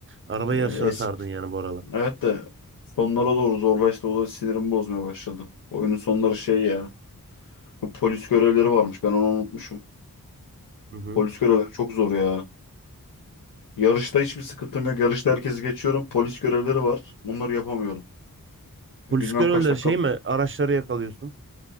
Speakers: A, on the right; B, on the left.
A: Araba
B: Eee,
A: yarışına
B: eski.
A: sardın yani bu aralar.
B: Evet de sonlara doğru zorlaştı. O da sinirimi bozmaya başladı. Oyunun sonları şey ya. Polis görevleri varmış. Ben onu unutmuşum.
A: Hı hı.
B: Polis görevleri çok zor ya. Yarışta hiçbir sıkıntım yok. Yarışta herkesi geçiyorum. Polis görevleri var. Onları yapamıyorum. Bilmem
A: Polis görevlileri
B: kaç dakika.
A: şey mi? Araçları yakalıyorsun.